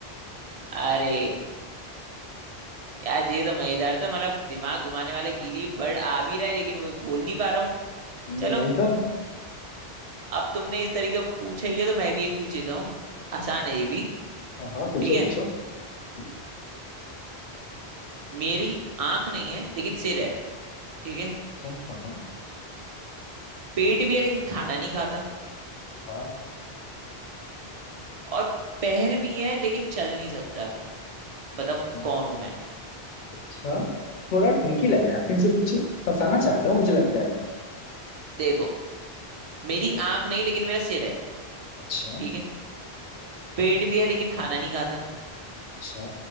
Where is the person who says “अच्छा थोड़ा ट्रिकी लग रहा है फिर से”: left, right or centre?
Left